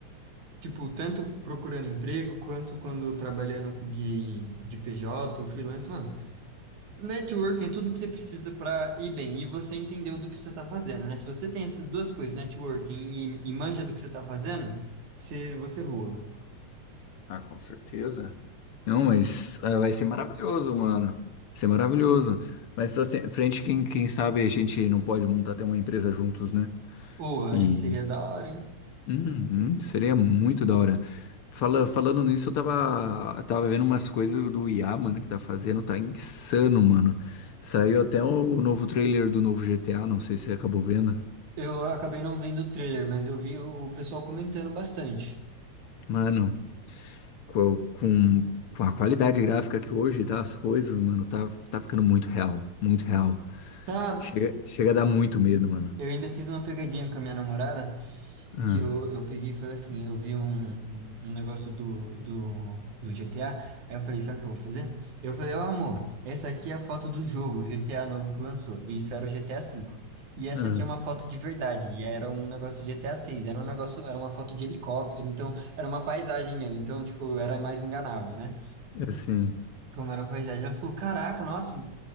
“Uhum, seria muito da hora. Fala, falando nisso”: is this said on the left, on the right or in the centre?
Left